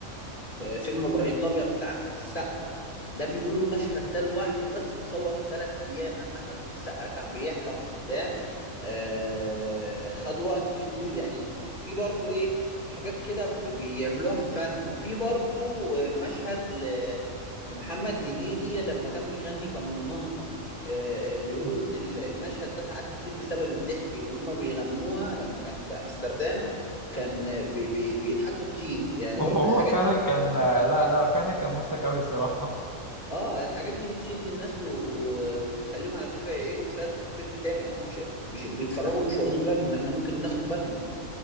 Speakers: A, on the left (about 35°); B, on the right (about 15°).
A: فيلم ابراهيم الابيض بتاع احمد السقا ده بيقولوا المشهد ده لوحده بس اتصور في ثلاث ايام لما احمد السقا كان بيحلم وبتاع آه خد وقت فيه طويل يعني في برضو ايه حاجات كده ب- بيعملوها في فن وفي برضو آه، مشهد ل... لمحمد هنيدي لما كان بيغني كمننة آه، آه، بيقولوا
B: <laughs>
A: ان ال- المشهد ده اتعاد كتير بسبب الضحك وهم بيغنوها لما كان في امستردام كان آه، بي بي بيضحكوا كتير يعني
B: وهو
A: برضو الحاجات
B: فعلا
A: دي ممكن
B: كان آه، لا لا فعلا كان مضحك أوي الصراحة
A: اه الحاجات دي بتشد الناس و... و... وتخليهم على فكرة يعيدوا مشاهدة الفيلم تاني هم مش مش بيتفرجوا مش واخدين بالهم احنا ممكن ناخد بالنا